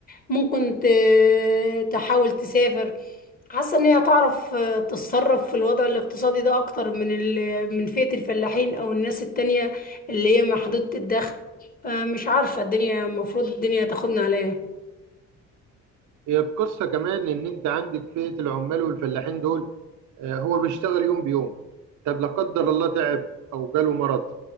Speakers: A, on the left; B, on the right.
A: ممكن ت- تحاول تسافر حاسة إن هي تعرف آه، تتصرف في الوضع الاقتصادي ده أكتر من ال- من فئة الفلاحين أو الناس التانية اللي هي محدودة الدخل فمش عارفة الدنيا المفروض الدنيا تاخدنا على ايه
B: هي القصة كمان ان انت عندك فئة العمال والفلاحين دول آه، هو بيشتغل يوم بيوم طب لا قدر الله تعب او جاله مرض